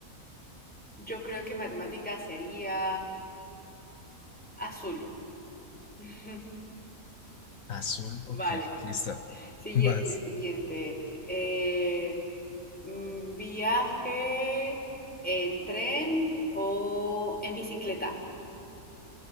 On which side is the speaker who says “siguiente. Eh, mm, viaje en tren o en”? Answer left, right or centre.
Centre